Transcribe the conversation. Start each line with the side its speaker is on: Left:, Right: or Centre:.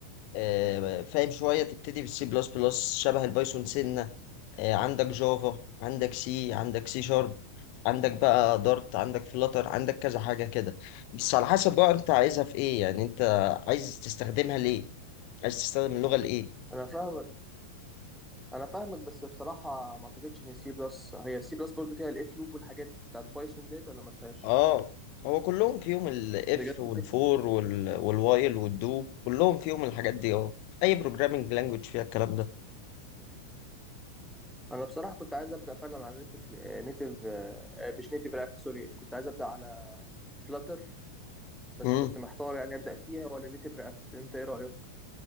Left: آه فاهم شوية تبتدي بالسي بلس بلس شبه البايثون سنة آه عندك جافا عندك سي عندك سي شارب عندك بقى دارت عندك فلاتر عندك كذا حاجة كده بس على حسب بقى أنت عايزها في إيه يعني أنت عايز تستخدمها ليه عايز تستخدم اللغة لإيه
Centre: انا فاهمك انا فاهمك بس بصراحة ما اعتقدش ان سي بلس هي السي بلس برضو فيها الاف لوب والحاجات بتاعت بايثون ديت ولا ما فيهاش
Left: اه هو كلهم فيهم الاف
Centre: بجد
Left: والفور
Centre: كده
Left: وال والوايل والدو كلهم فيهم الحاجات دي اه اي بروجرامنج لانجوج فيها الكلام ده
Centre: انا بصراحة كنت عايز ابدأ فعلا على نيتف نيتف مش نيتف رياكت سوري كنت عايز ابدأ على فلاتر بس
Left: امم
Centre: كنت محتار يعني ابدأ فيها ولا نيتف رياكت انت ايه رأيك